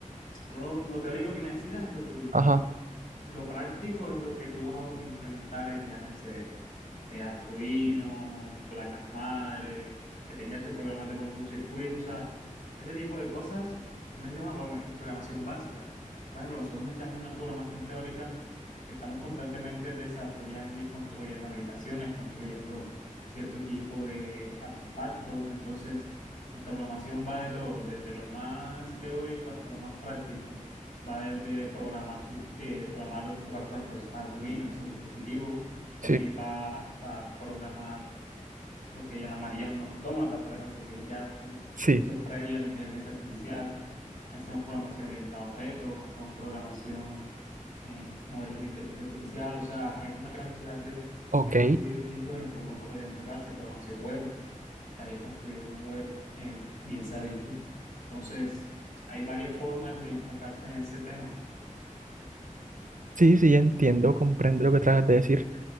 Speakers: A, on the left (about 80°); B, on the right (about 70°).
A: tú lo, lo teórico que necesitas es lo tuyo.
B: Ajá,
A: Lo práctico es lo que tú vas a implementar en, llámese, eh, Arduino, placas madre, que tengas que programar de pronto un circuito, o sea, ese tipo de cosas, tú necesitas una programa- programación básica. Por ejemplo, nosotros necesitamos una programación teórica que estamos constantemente desarrollando y construyendo aplicaciones, construyendo cierto tipo de artefactos, entonces nuestra programación va de todo, desde lo más teórico hasta lo más práctico. Va desde programar, si- eh, programar, en tu caso, por ejemplo, esos Arduinos, esos dispositivos, también
B: sí,
A: va hasta programar lo que llamaría un autómata, por ejemplo, que es ya como
B: sí.
A: eso previo a la inteligencia artificial. Hacemos programación orientada a objetos, hacemos programación en modelos de inteligencia artificial. O sea, es una cantidad de
B: Ok,
A: temas muy distintos en los que uno podría enfocarse. Programación web, estarías construyendo una web, eh, bien se ha dicho. Entonces, hay varias formas de enfocarse en ese tema.
B: sí, sí, entiendo, comprendo lo que tratas de decir.